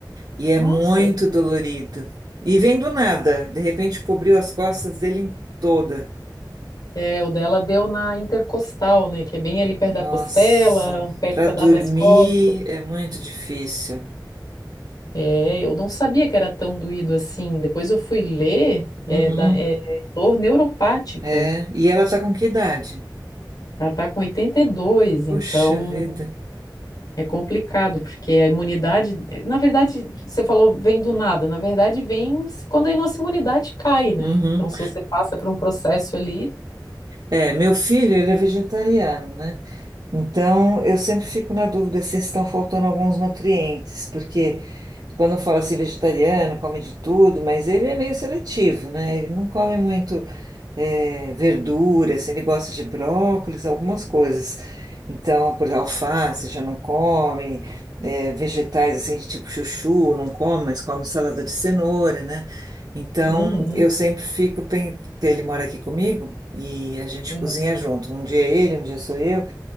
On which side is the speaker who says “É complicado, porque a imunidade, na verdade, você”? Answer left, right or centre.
Left